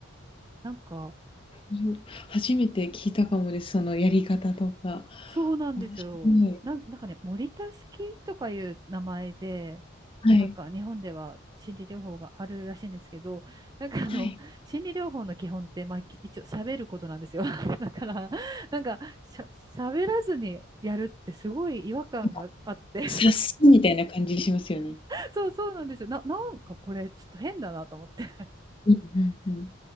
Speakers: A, on the right; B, on the left.
A: なんか、
B: そう初めて聞いたかもです、そのやり方とか。
A: そうなんですよ。
B: 面白い。
A: なん、なんかね、森田式とかいう名前で、
B: はい。
A: なんか日本では心理療法があるらしいんですけど、なんかあの、
B: はい。
A: 心理療法の基本って、まあ、き一応喋ることなんですよ。<laughs> だから、なんかしゃ、喋らずにやるってすごい違和感があって、
B: なんか、察すみたいな感じしますよね。
A: <laughs> そうそうなんですよ。な、なんかこれちょっと変だなと思って。
B: うんうんうん。